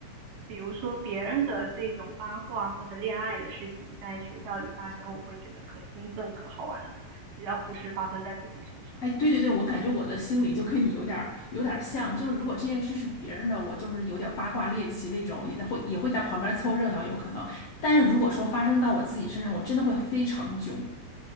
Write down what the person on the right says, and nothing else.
比如说别人的这种八卦或者恋爱的事情在学校里发生，我会觉得可兴奋、可好玩了。只要不是发生在自己身上，